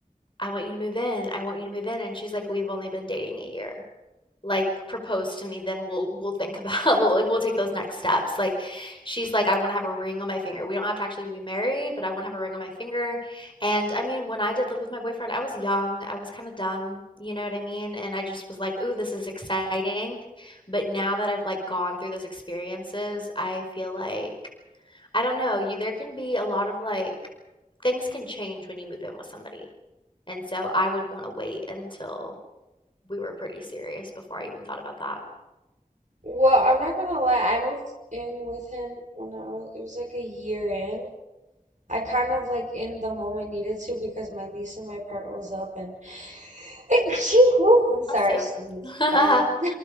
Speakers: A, on the left (about 35°); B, on the right (about 60°).
A: I want you to move in. I want you to move in. And she's like, we've only been dating a year. Like propose to me, then we'll we'll think about <laughs> we'll like we'll take those next steps. Like she's like, I want to have a ring on my finger. We don't have to actually be married, but I want to have a ring on my finger. And I mean, when I did live with my boyfriend, I was young, I was kind of dumb, you know what I mean? And I just was like, ooh, this is exciting. But now that I've like gone through those experiences, I feel like I don't know, you there can be a lot of, like things can change when you move in with somebody, and so I would wanna wait until we were pretty serious before I even thought about that.
B: Well, I'm not gonna lie, I moved in with him when I was, it was like a year in. I kind of like in the moment needed to because my lease in my apartment was up and <laughs> <sighs> Achoo! I'm sorry,
A: Bless you.
B: sneezed.
A: <laughs>
B: Um,